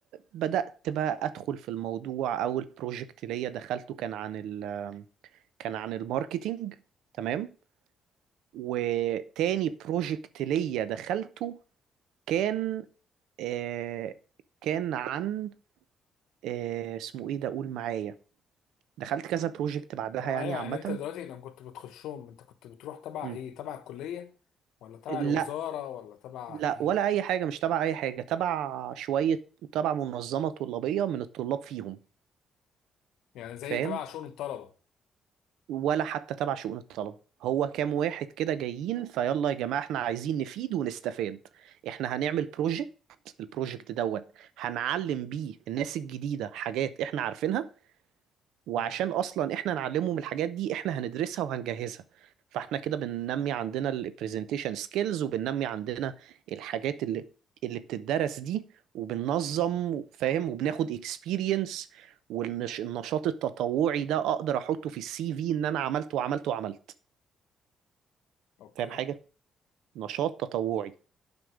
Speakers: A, on the right; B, on the left.
A: بدأت بقى أدخل في الموضوع أول بروجكت ليا دخلته كان عن ال كان عن الماركتينج تمام وتاني بروجكت ليا دخلته كان آه كان عن آه اسمه إيه ده قول معايا دخلت كذا بروجكت بعدها
B: فأي
A: يعني
B: يعني
A: عامة
B: انت دلوقتي لما كنت بتخشهم انت كنت بتروح تبع
A: مم.
B: ايه تبع الكليه ولا تبع
A: لا
B: الوزاره ولا تبع
A: لا
B: ايه
A: ولا أي حاجة مش تبع أي حاجة تبع شوية تبع منظمة طلابية من الطلاب فيهم
B: يعني زي
A: فاهم
B: تبع شؤون الطلبه
A: ولا حتى تبع شؤون الطلبة هو كام واحد كده جايين فيلا يا جماعة احنا عايزين نفيد ونستفاد احنا هنعمل بروجكت البروجكت دوت هنعلم بيه الناس الجديدة حاجات احنا عارفينها وعشان
B: مم.
A: اصلا احنا نعلمهم من الحاجات دي احنا هندرسها وهنجهزها فاحنا كده بننمي عندنا البرزنتيشن سكيلز وبننمي عندنا الحاجات اللي اللي بتدرس دي وبننظم فاهم وبناخد اكسبيرينس والنشاط التطوعي ده اقدر احطه في السي في ان انا عملت وعملت وعملت
B: اوكي
A: فاهم حاجة نشاط تطوعي